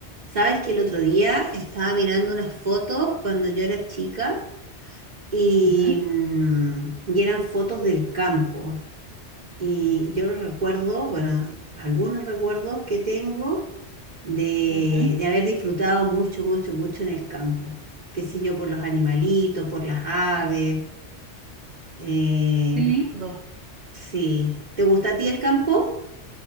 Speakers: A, on the right (about 40°); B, on the right (about 55°).
A: Sabes que el otro día estaba mirando unas fotos cuando yo era chica y,
B: Ujú,
A: mm, y eran fotos del campo. Y yo recuerdo, bueno, algunos recuerdos que tengo de,
B: ujú.
A: de haber disfrutado mucho, mucho, mucho en el campo. Qué sé yo, por los animalitos, por las aves. eh,
B: Qué lindo.
A: sí. ¿Te gusta a ti el campo?